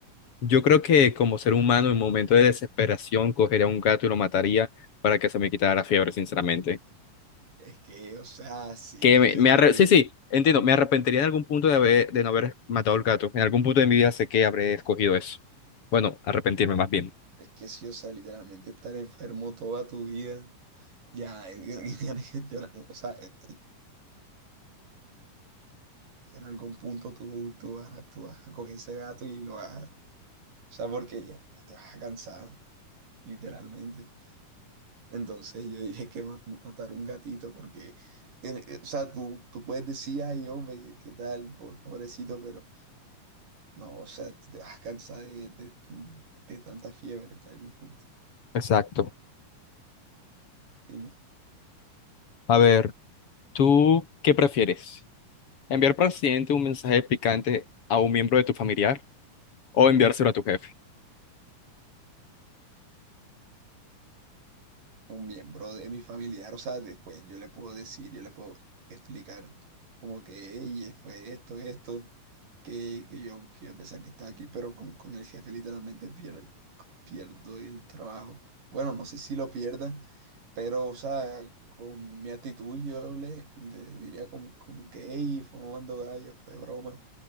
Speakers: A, on the left (about 45°); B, on the right (about 85°).
A: Yo creo que como ser humano en momento de desesperación cogería a un gato y lo mataría para que se me quitara la fiebre, sinceramente.
B: Es que, o sea, sí,
A: Que me,
B: yo digo,
A: me arre-
B: oye,
A: sí, sí, entiendo, me arrepentiría en algún punto de haber, de no haber matado al gato. En algún punto de mi vida sé que habré escogido eso. Bueno, arrepentirme más bien.
B: es que sí, o sea, literalmente estar enfermo toda tu vida. Ya, <laughs> yo- o sea, en, algún punto tú, tú vas, a- tú vas a coger ese gato y lo vas a, o sea, porque ya, ya te vas a cansar, literalmente. Entonces yo dije que ma- matar un gatito porque, eh, eh, o sea, tú, tú puedes decir, ay, hombre, qué, qué tal, po- pobrecito, pero No, o sea, tú te vas a de, de- de tanta fiebre en algún punto.
A: Exacto.
B: Dime,
A: A ver, ¿tú qué prefieres? ¿Enviar por accidente un mensaje picante a un miembro de tu familiar o enviárselo a tu jefe?
B: un miembro de mi familiar, o sea, después yo le puedo decir, yo le puedo explicar como que, "Ey, fue esto, esto, que, que yo que a pesar que estaba aquí, pero con, con el jefe literalmente pier- pierdo el trabajo. Bueno, no sé si lo pierda, pero, o sea, con mi actitud yo le, le diría como, como que, hey, fue mamando gallo, fue broma,